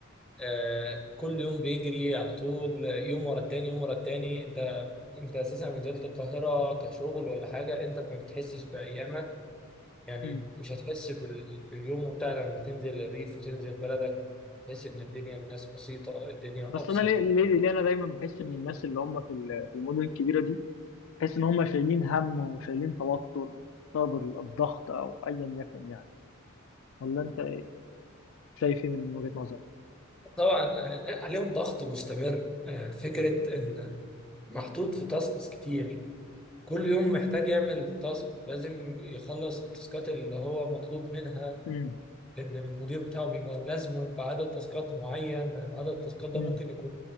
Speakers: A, in the centre; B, on the left.
A: آه كل يوم بيجري على طول يوم ورا التاني يوم ورا التاني انت انت اساسا لو نزلت القاهرة كشغل ولا حاجة انت ما بتحسش بأيامك يعني
B: مم.
A: مش هتحس بال... باليوم بتاع لما تنزل الريف وتنزل بلدك تحس إن الدنيا الناس بسيطة الدنيا
B: بس
A: أبسط
B: انا ليه ليه, ليه انا دايما بحس ان الناس اللي هم في ال- في المدن الكبيره دي بحس ان هم شايلين هم وشايلين توتر بسبب الضغط او ايا يكن يعني ولا انت شايف ايه من وجهه نظرك؟
A: طبعا آه، عليهم ضغط مستمر آه، فكرة إن محطوط في تاسكس كتير كل يوم محتاج يعمل تاسك لازم يخلص التاسكات اللي هو مطلوب منها
B: مم.
A: إن المدير بتاعه بيبقى لازمه بعدد تاسكات معين عدد التاسكات ده
B: مم.
A: ممكن يكون